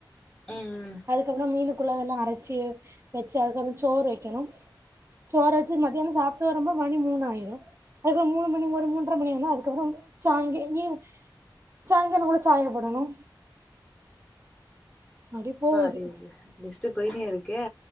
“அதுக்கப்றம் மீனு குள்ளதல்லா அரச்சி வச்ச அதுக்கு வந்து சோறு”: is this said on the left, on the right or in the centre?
Right